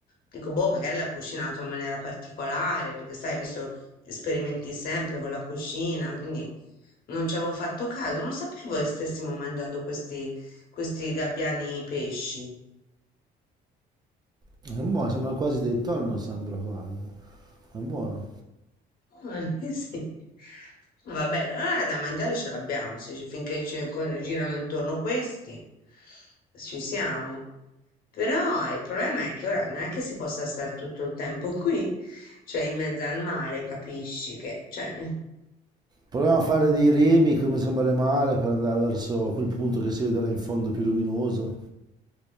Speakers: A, on the left; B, on the right.
A: dico, boh, magari l'ha cucinato in maniera particolare, perché sai, visto che sperimenti sempre con la cucina, quindi non ci avevo fatto caso, non sapevo che stessimo mangiando questi, questi gabbiani pesci.
B: Sono buoni, sembrano quasi dei tonno, sembra quasi. È buono.
A: Ah, <laughs> Sì. Va bene, allora da mangiare ce l'abbiamo, se ci- finché ci co- girano intorno questi, ci siamo. Però eh, il problema è che ora non è che si possa stare tutto il tempo <laughs> qui, cioè in mezzo al mare, capisci che, cioè, eh,
B: Proviamo a fare dei remi come sembra mare per andare verso quel punto che si vede là in fondo più luminoso.